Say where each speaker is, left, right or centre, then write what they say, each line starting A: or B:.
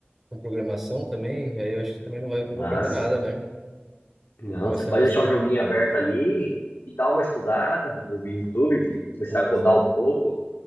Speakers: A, in the centre; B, on the left.
A: com programação também, aí eu acho que também não vai, não
B: Massa.
A: vou perder nada, né?
B: Não,
A: Começando
B: você pode
A: a estudar.
B: deixar o joguinho aberto ali e dar uma estudada no YouTube e começar
A: Pois
B: a codar
A: é.
B: um pouco.